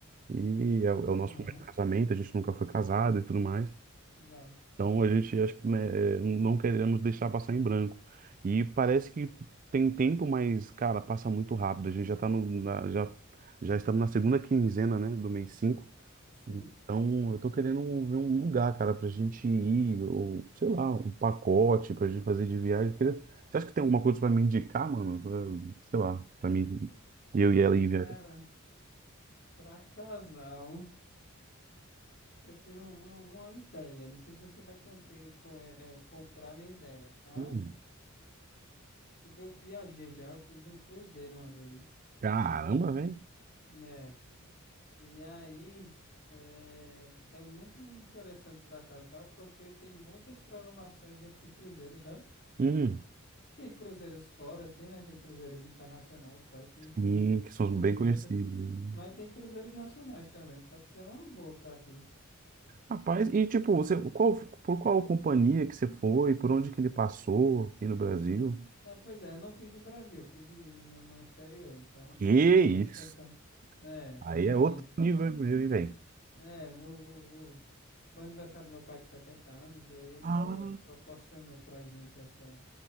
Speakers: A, on the right; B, on the left.
A: E é, o é o nosso
B: aham,
A: primeiro casamento, a gente nunca foi casado e tudo mais.
B: legal.
A: Então a gente acho que, né, é, não queremos deixar passar em branco. E parece que tem tempo, mas, cara, passa muito rápido. A gente já tá no, na- já, já estamos na segunda quinzena, né, do mês 5.
B: Sim.
A: Então eu tô querendo ver um lugar, cara, pra gente ir, ou sei lá, um pacote pra gente fazer de viagem. Queria- Você acha que tem alguma coisa pra me indicar, mano? Pra- sei lá, pra mim, eu e ela ir
B: Cara,
A: viajar.
B: pra casal, eu tenho uma, uma ideia. Não sei se você vai cumprir, com, é, é, comprar minha ideia, mas,
A: Hum,
B: tipo, eu viajei já, eu fiz um cruzeiro uma vez,
A: caramba, velho.
B: né? E aí, é, é muito interessante pra casal porque tem muitas programações dentro do cruzeiro, sabe?
A: Hum,
B: Tem cruzeiros fora, assim, né? Tem cruzeiros internacionais e tal, que enfim,
A: sim, que são
B: são
A: bem
B: interessantes.
A: conhecidos. né?
B: Mas tem cruzeiros nacionais também, pode ser uma boa pra ti.
A: Rapaz, e tipo, você, qual, por qual companhia que você foi? Por onde que ele passou aqui no Brasil?
B: É, pois é, eu não fiz no Brasil, eu fiz e- no, no exterior, então
A: Que
B: vou te
A: isso?
B: contar. É,
A: Aí
B: enfim,
A: é outro nível, meu, e vem.
B: né? O, o- o- foi o aniversário do meu pai de 70 anos e aí ele
A: Ah,
B: pro, proporcionou pra gente essa,